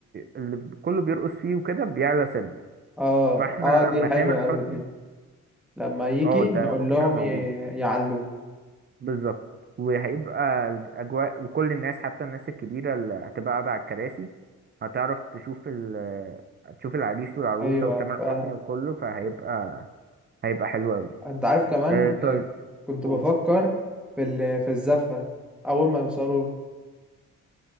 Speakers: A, on the right; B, in the centre.
A: اللي كله بيرقص فيه وكده بيعلى سنة
B: اه
A: فاحنا
B: اه دي
A: لما
B: حلوة
A: تامر حسني
B: اوي دي لما يجي
A: اه
B: نقول
A: ده اوبشن
B: لهم
A: موجود
B: ي... يعلوه
A: بالظبط وهيبقى الأجواء وكل الناس حتى الناس الكبيرة اللي هتبقى قاعدة على الكراسي هتعرف تشوف ال تشوف العريس والعروسة
B: ايوه
A: وتامر
B: فاهم
A: حسني وكله فهيبقى هيبقى حلو أوي
B: انت عارف كمان
A: آه طيب
B: آه، كنت
A: قول.
B: بفكر في ال... في الزفة اول ما يوصلوا